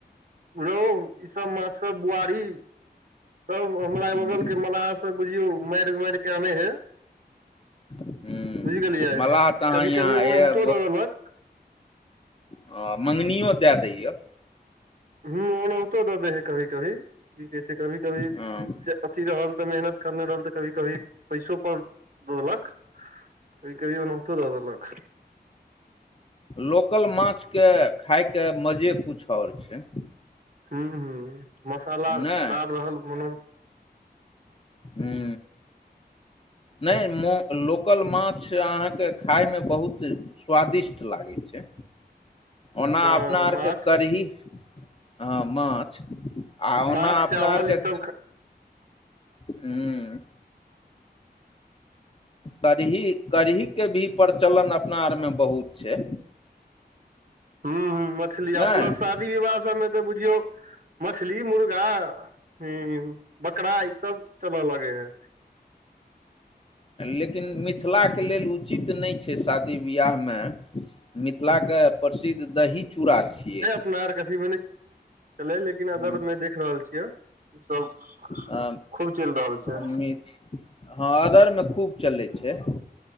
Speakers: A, on the right (about 55°); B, on the left (about 35°).
A: रौहु ई सब माछ सब बुआरी सब हमरा
B: हम्म,
A: बगल के मललाह से बुझियौ मैर मैरक के अबै है
B: हम्म,
A: बुझ गेलियै
B: मलाह तऽ अहाँ
A: कभी
B: यहाँ
A: कभी ओ
B: यए
A: होतो दादेलक
B: ह मंगनियो दए दैय
A: हू ओनाहतो दऽ देै है कभी कभी की कहै छै कभी कभी
B: हँ
A: अथी रहल तऽ मेहनत करने रहल तऽ कभी कभी पैसो पर द देलक कि कहियो दऽ देलख
B: लोकल माछके खायके मजे कुछ आओर छै
A: हू हू मसाला
B: नहि
A: दार रहल मनो
B: हू नहि म लोकल माछ अहाँके खाइमे बहुत स्वादिष्ट लागै छै ओना
A: हँ
B: अपना
A: माछ
B: आरके करही ह माछ आ ओना
A: माछ
B: अपना
A: चावल
B: आरके
A: ई सब
B: हँ कड़ही कड़ही के भी प्रचलन अपना आरमे बहुत छै
A: हू हूं मछली आ
B: नहि
A: प्लस शादी विवाह सबमे तऽ बुझियौ मछली मुर्गा हुं बकरा ई सब चलऽ लगै है
B: लेकिन मिथिलाके लेल उचित नहि छै शादी बियाहमे मिथिलाके प्रसिद्ध दही चूड़ा छियै
A: कथीै ले <unintelligible> किन अदर
B: हूँ,
A: नहि देख रहल छियै ई सब
B: अ,
A: खूब चलि रहल छै
B: मि- हँ अदरमे खूब चलै छै